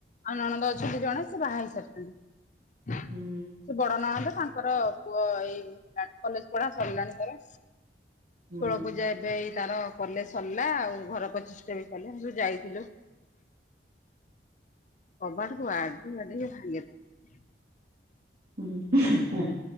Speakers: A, on the left (about 45°); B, on the right (about 60°).
A: ଆଉ ନଣନ୍ଦ ଅଛନ୍ତି ଜଣେ ସେ ବାହା ହେଇସାରିଛନ୍ତି।
B: ହୁଁ
A: ସେ ବଡ ନଣନ୍ଦ ତାଙ୍କର ପୁଅ ଏଇ <unintelligible> କଲେଜ୍ ପଢା ସରିଲାଣି ତାର।
B: ହୁଁ
A: ଷୋଳପୂଜା ଏବେ ଏଇ ତାର କଲେ ସରିଲା ଆଉ ଘର ପ୍ରଚିଷ୍ଟା ବି କଲେ ଆମେ ସବୁ ଯାଇଥିଲୁ। କବାଟକୁ ଆଜି ବାଡେଇକି ଭାଙ୍ଗି
B: ହୁଁ,